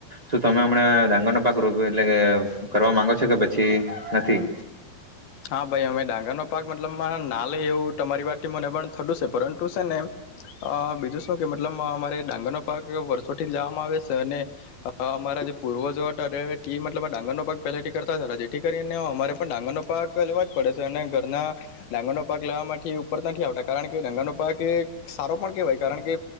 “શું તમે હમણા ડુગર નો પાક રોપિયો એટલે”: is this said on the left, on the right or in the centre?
Right